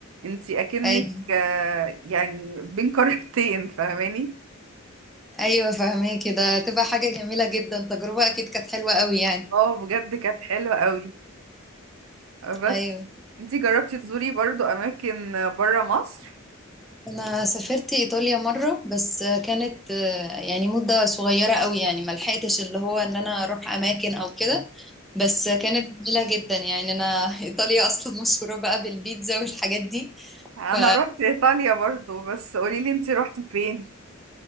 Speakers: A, on the right; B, in the centre.
A: انتي اكنك
B: ايوه
A: آه، يعني بين قارتين فاهماني
B: ايوه فاهمه كده تبقى حاجه جميله جدا تجربه اكيد كانت حلوه قوي يعني
A: اه بجد كانت حلوة قوي بس
B: ايوه
A: انتي جربتي تزوري برضو اماكن بره مصر
B: انا سافرت ايطاليا مره بس كانت آه، يعني مده صغيره قوي يعني ما لحقتش اللي هو ان انا اروح اماكن او كده بس كانت جميله جدا يعني انا <laughs> ايطاليا اصلا مشهوره بقى بالبيتزا والحاجات دي
A: انا
B: ف
A: رحت ايطاليا برضو بس قولي لي انت رحتي فين